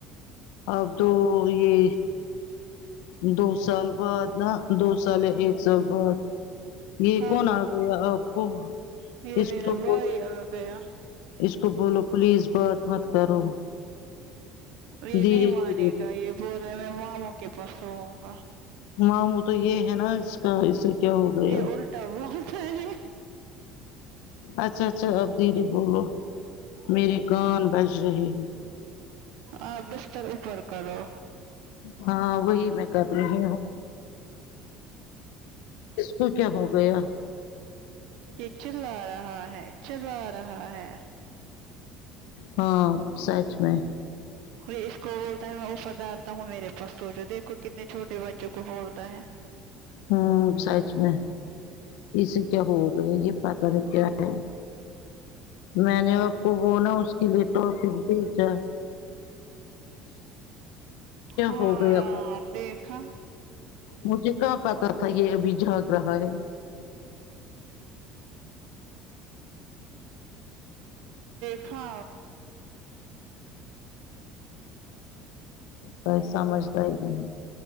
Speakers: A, on the left (about 85°); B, on the right (about 65°).
A: آپ دو یہ دو سال بعد نہ دو سال ہے ایک سال بعد یہ
B: ہاں
A: کون آ گیا آپ کو
B: یہ
A: اس
B: میرا
A: کو
B: بھائی
A: بول
B: آ گیا
A: اس کو بولو پلیز بات مت کرو
B: یہ
A: دھیرے
B: نہیں مانے
A: دھیرے
B: گا یہ بول رہا ہے میں ماموں کے پاس سوؤں گا
A: ماموں تو یہ ہے نا اس کا اسے کیا ہو گیا
B: یہ الٹا <unintelligible>
A: اچھا اچھا اب دریی بولو میری کان بج رہہے ہے
B: اسپیکر اوپر کرو
A: ہاں وہی میں کر رہی ہوں تو کیا ہو گیا
B: یہ چلا آرہا ہے چلا آ رہا ہے
A: ہاں سچ میں
B: ارے اس کو بولتا ہوں ےسا ڈارتا ہوں میرے پاس سوچو دیکھو کتنے چھوٹے بچے کو بولتا ہے
A: ہوں سچ میں اسے کیا ہوگیا یہ پارٹی نے کیا ہے میں نے آپ کو وہ نا اس کے لیے ٹاپک بھیچا
B: ہاں
A: ہو گیا
B: ں ں دیکھا
A: مجھے کہاں پتا تھا یہ ابھی جھک رہا ہے
B: <inaudible> تھا
A: ب سمجھدار نہیں